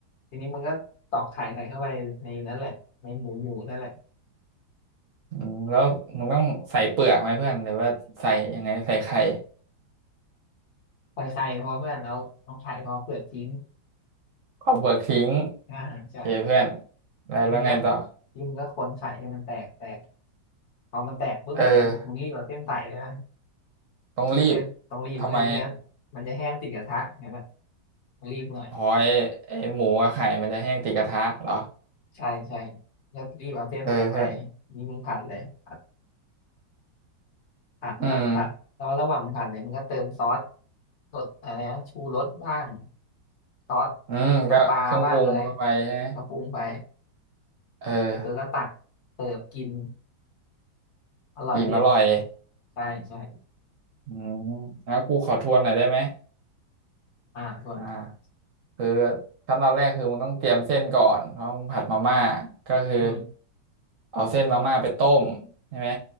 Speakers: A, on the left; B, on the right.
A: ทีนี้มึงก็ตอกไข่ใส่เข้าไปในนั้นแหละในหมูหมูนั่นแหละ
B: อืมแล้วมันต้องใส่เปลือกไหมเพื่อนหรือว่าใส่ยังไงใส่ไข่
A: ใส่ไข่พอเพื่อนแล้วเอาไข่พอเปลือกทิ้ง
B: เอาเปลือกทิ้ง
A: อ่าใช่ใช่
B: โอเคเพื่อนแล้วแล้วไงต่อ
A: แล้วมึงก็ยิ่มึงก็ขวนไข่ให้มันแตกแตกพอมันแตกปุ๊บเนี่ยมึงมึงรีบเอาเส้นใส่เลยนะ
B: เออต้องรีบ
A: เส้นต้องรีบต้องรีบไม่งั้นมันจะแห้งติดกระทะเห็นไหม
B: ทำไม
A: มึงรีบหน่อย
B: หอยไอหมูกับไข่มันจะแห้งติดกระทะเหรอ
A: ใช่ใช่แล้วรีบเอาเส้นใส่ไป
B: เออเพื่อน
A: นี่มึงผัดเลยผัดผัดผัดผัดแล้วระหว่างมึงผัดเนี่ยมึงก็เติมซอส
B: อืม
A: รสดอะไรนะชูรสบ้างซอส
B: อืมก็เครื่องปรุงลงไปใช่ไหม
A: น้ำปลาบ้างอะไรก็ปรุงไป
B: เออ
A: เสร็จปุ๊บก็ตักเสิร์ฟกินอร่อยเด็ด
B: อิ่มอร่อย
A: ใช่ใช่
B: อืมงั้นกูขอทวนหน่อยได้ไหม
A: อ่าส่วนส่วน
B: อ่าคือขั้นตอนแรกคือมึงต้องเตรียมเส้นก่อนเพราะมึงผัดมาม่าก็คือ
A: อืม
B: เอาเส้นมาม่าไปต้มใช่ไหม